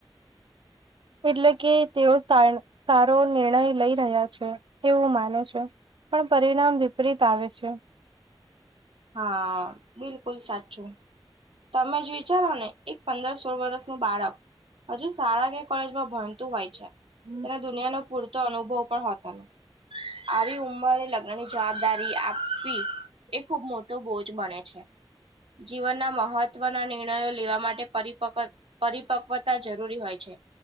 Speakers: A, on the right; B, on the right.
A: એટલે કે તેઓ સારો નિર્ણય લઈ રહ્યા છે એવું માને છે. પણ પરિણામ વિપરીત આવે છે.
B: હા બિલકુલ સાચું. તમે જ વિચારો ને એક પંદર સોળ વર્ષનું બાળક. હજુ શાળા કે કોલેજમાં ભણતું હોય છે.
A: હમ.
B: તેને દુનિયાનો પૂરતો અનુભવ પણ હોતો નથી. આવી ઉંમરે લગ્ન ની જવાબદારી આપવી. ખુબ મોટો બોજ બને છે જીવનના મહત્વના નિર્ણયો લેવા માટે પરિપક્ પરિપક્વતા જરૂરી હોય છે